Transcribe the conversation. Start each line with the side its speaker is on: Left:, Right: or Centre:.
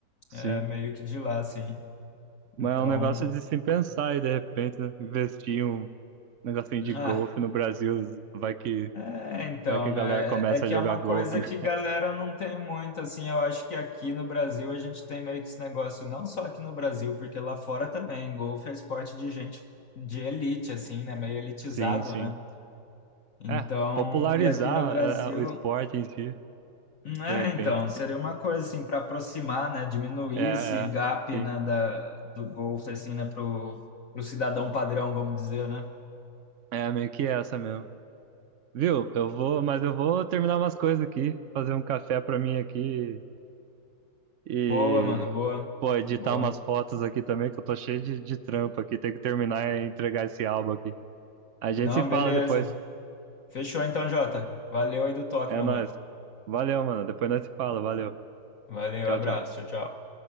Right: Sim.
Left: É meio que de lá, assim.
Right: Mas
Left: Então,
Right: é um negócio de se pensar e de repente né, investir em um negocinho de
Left: ah,
Right: golfe no Brasil. Vai que,
Left: é, então,
Right: vai que a galera
Left: né?
Right: começa
Left: É, é que
Right: a jogar
Left: é uma
Right: golfe.
Left: coisa
Right: <laughs>
Left: que galera não tem muito, assim. Eu acho que aqui no Brasil a gente tem meio que esse negócio, não só aqui no Brasil, porque lá fora também. Golfe é esporte de gente de elite, assim, né? Meio elitizado,
Right: Sim, sim.
Left: né? Então,
Right: É, popularizar
Left: e aqui no Brasil
Right: é, é, o esporte em si,
Left: É,
Right: de repente.
Left: então, seria uma coisa assim para aproximar, né, diminuir
Right: É, é,
Left: esse gap,
Right: sim.
Left: né, da, do Golf assim, né, pro, pro cidadão padrão, vamos dizer, né?
Right: É meio que essa mesmo. Viu? Eu vou, mas eu vou terminar umas coisas aqui, fazer um café pra mim aqui e,
Left: Boa, mano, boa.
Right: pô, editar
Left: Boa.
Right: umas fotos aqui também, que eu tô cheio de, de trampo aqui. Tem que terminar e entregar esse álbum aqui. A gente
Left: Não,
Right: se fala
Left: beleza.
Right: depois.
Left: Fechou então, Jota. Valeu aí do toque,
Right: É
Left: meu
Right: nóis.
Left: mano.
Right: Valeu, mano. Depois nós se fala. Valeu.
Left: Valeu,
Right: Tchau,
Left: abraço.
Right: tchau.
Left: Tchau, tchau.